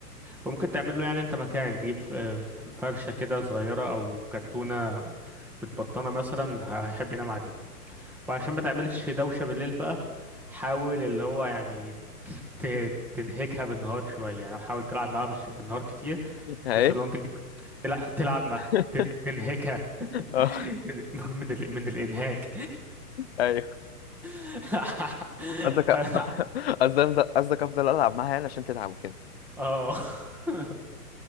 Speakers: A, in the centre; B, on the left.
A: وممكن تعمل له يعني انت مكان تجيب ف- ف- فرشة كده صغيرة او كرتونة متبطنة مثلا هيحب ينام عليها وعشان ما تعملش دوشة بالليل بقى حاول اللي هو يعني ت- تنهكها بالنهار شوية يعني حاول تلعب معاها بش- بالنهار كتير
B: ايه
A: خصوصا لو انت تلعب <laughs> تلعب
B: <laughs>
A: معاها ت- تنهكها
B: اه
A: <laughs> من من ال- من الانهاك
B: ايوه
A: <laughs>
B: قصدك قصدك قصدك افضل العب معاها يعني عشان تتعب وكده
A: اه <laughs>